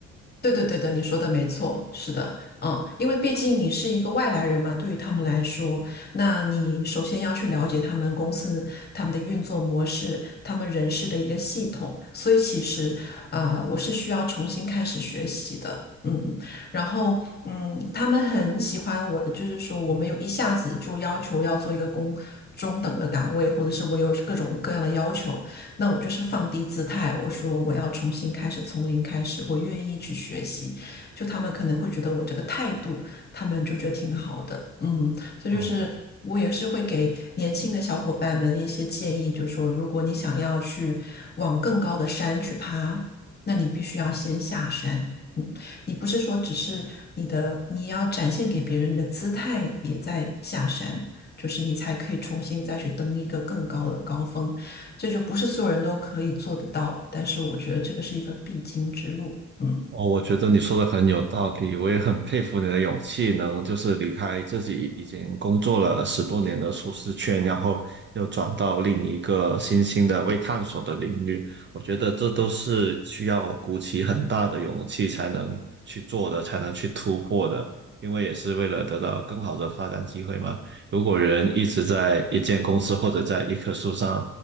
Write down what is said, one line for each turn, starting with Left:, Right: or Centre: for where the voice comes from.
Left: 对对对的，你说的没错，是的，嗯，因为毕竟你是一个外来人嘛，对于他们来说，那你首先要去了解他们公司、他们的运作模式、他们人事的一个系统，所以其实，啊，我是需要重新开始学习的，嗯，然后，嗯，他们很喜欢我的，就是说我没有一下子就要求要做一个工中等的岗位，或者是我有各种各样的要求，那我就是放低姿态，我说我要重新开始，从零开始，我愿意去学习。就他们可能会觉得我这个态度，他们就觉得挺好的，嗯，所以就是我也是会给年轻的小伙伴们一些建议，
Right: 哦，
Left: 就说如果你想要去往更高的山去爬，那你必须要先下山。嗯，你不是说只是你的，你要展现给别人的姿态也在下山，就是你才可以重新再去登一个更高的高峰，这就不是所有人都可以做得到，但是我觉得这个是一个必经之路。嗯。
Right: 哦，我觉得你说的很有道理，我也很佩服你的勇气，能就是离开自己已经工作了十多年的舒适圈，然后又转到另一个新兴的未探索的领域。我觉得这都是需要鼓起很大的勇气才能去做的，才能去突破的，因为也是为了得到更好的发展机会嘛。如果人一直在一间公司或者在一棵树上，